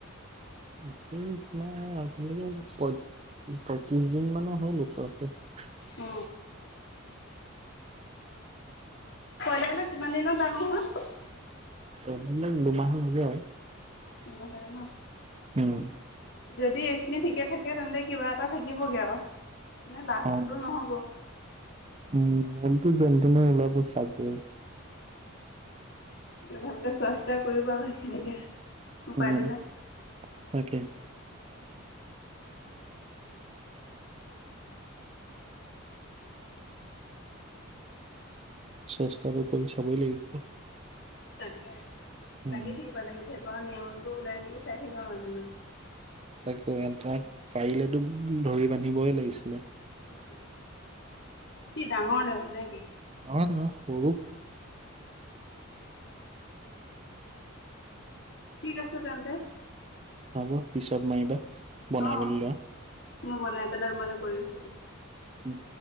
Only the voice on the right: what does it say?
তাকেই তোমাৰ প পয়ত্ৰিশ দিন মানৰ হ'ল। <unintelligible>
এমাহ বা দুমাহমান হব।
উম।
অ',
উম, মলটো যেন তেনে ওলাব চাগে?
উম,
তাকে চেষ্টাটো কৰি চাবই লাগিব।
উম,
তাকে, তাক পাৰিলেতো ধৰি বান্ধিবই লাগিছিলে।
নহয় নহয় সৰু।
হ'ব পিছত মাৰিবা বনাই
মেলি লোৱা।
উম।